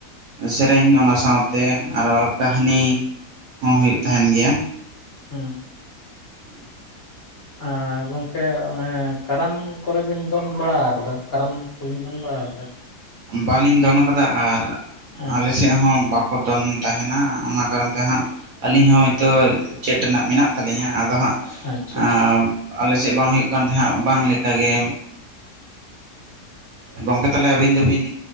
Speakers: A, on the right (about 65°); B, on the left (about 45°).
A: ᱥᱮᱨᱮᱧ ᱚᱱᱟ ᱥᱟᱶᱛᱮ ᱟᱨᱚ ᱠᱟᱹᱦᱱᱤ ᱦᱚᱸ ᱦᱩᱭᱩᱜ ᱛᱟᱦᱮᱸᱱ ᱜᱮᱭᱟ᱾
B: ᱦᱩᱸ᱾
A: <inaudible>
B: ᱟᱨ ᱜᱚᱝᱠᱮ ᱮᱻ ᱠᱟᱨᱟᱢ ᱠᱚᱨᱮ ᱵᱤᱱ ᱫᱚᱱ ᱵᱟᱲᱟ ᱟᱠᱟᱫᱟ ᱠᱟᱨᱟᱢ? ᱠᱚᱵᱤᱱ ᱫᱚᱱ ᱵᱟᱲᱟ ᱟᱠᱟᱫᱟ
A: ᱵᱟᱹᱞᱤᱧ ᱫᱚᱱ ᱠᱟᱫᱟ ᱟᱨ
B: ᱦᱮᱸ
A: ᱟᱞᱮ ᱥᱮᱫ ᱦᱚᱸ ᱵᱟ ᱠᱚ ᱫᱚᱱ ᱛᱟᱦᱮᱸᱱᱟ ᱚᱱᱟ ᱠᱟᱨᱚᱱ ᱛᱮ ᱦᱟᱸᱜ ᱟᱹᱞᱤᱧ ᱦᱚᱸ ᱦᱚᱭᱛᱚ ᱪᱮᱰ ᱨᱮᱱᱟᱜ ᱢᱮᱱᱟᱜ ᱛᱟᱹᱞᱤᱧᱟ ᱟᱫᱚ ᱦᱟᱸᱜ
B: ᱟᱪᱪᱷᱟ
A: ᱟᱻ ᱟᱞᱮᱥᱮᱫ ᱵᱟᱝ ᱦᱩᱭᱩᱜ ᱠᱟᱱ ᱛᱟᱦᱮᱸᱜ-ᱟ ᱵᱟᱝ ᱞᱮᱠᱟ ᱜᱮ᱾ ᱜᱚᱢᱠᱮ ᱛᱟᱦᱞᱮ ᱟᱹᱵᱤᱱ ᱫᱚᱵᱤᱱ